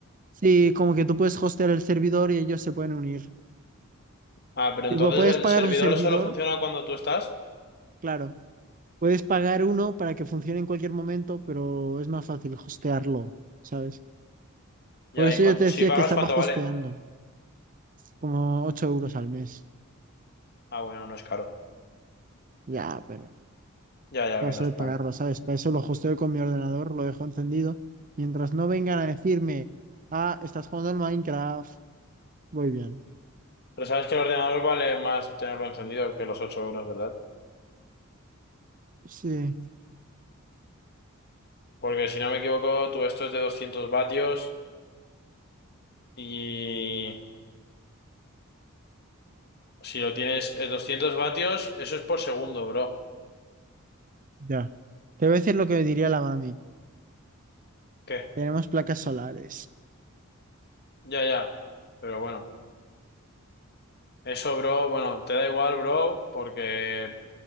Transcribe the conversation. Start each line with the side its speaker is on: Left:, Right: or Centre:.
Right: Sí, como que tú puedes hostear el servidor y ellos se pueden unir.
Left: Ah, pero
Right: Tipo,
Left: entonces
Right: puedes
Left: el
Right: pagar
Left: servidor
Right: un servidor,
Left: solo funciona cuando tú estás.
Right: claro. Puedes pagar uno para que funcione en cualquier momento, pero es más fácil hostearlo, ¿sabes? Por
Left: Ya,
Right: eso
Left: y cuan-
Right: yo te decía
Left: si pagas,
Right: que estaba
Left: ¿cuánto
Right: hosteando,
Left: vale?
Right: como 8 euros al mes.
Left: Ah, bueno, no es caro.
Right: Ya, pero...
Left: Ya, ya,
Right: paso
Left: que no es
Right: de
Left: plan.
Right: pagarlo, ¿sabes? Para eso lo hosteo con mi ordenador, lo dejo encendido. Mientras no vengan a decirme, ah, estás jugando al Minecraft, voy bien.
Left: Pero sabes que el ordenador vale más tenerlo encendido que los ocho euros, ¿verdad?
Right: Sí,
Left: Porque si no me equivoco, tú esto es de doscientos vatios y si lo tienes en 200 vatios, eso es por segundo, bro.
Right: ya. Te voy a decir lo que diría la mami.
Left: ¿Qué?
Right: Tenemos placas solares.
Left: Ya, ya. Pero bueno, eso, bro, bueno, te da igual, bro, porque